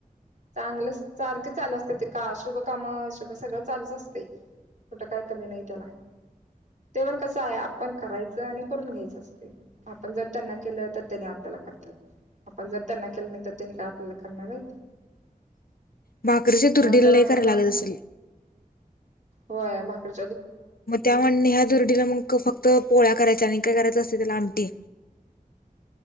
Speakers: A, on the right; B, on the left.
A: चांगलं सारखे चालू असते का शुभ काम शुभ सगळं चालूच असतय. कुठं काय कमी नाही त्याला ते पण कसंय आपण करायचं आणि करून घ्यायचं. आपण जर त्यांना केलं तर त्यांनी आपल्याला करतात. आपण जर त्यांना केलं नाही तर त्यांनी काय आपल्याला करणार आहेत.
B: भाकरीच्या दुरडी
A: आमच्या
B: लई
A: लग्नात
B: काय करायला
A: पण
B: लागत असेल.
A: होय भाकरी
B: मग त्या म्हणणे ह्या दुरडीला मग फक्त पोळ्या करायचा आणि काय करायचं? त्याला आमटी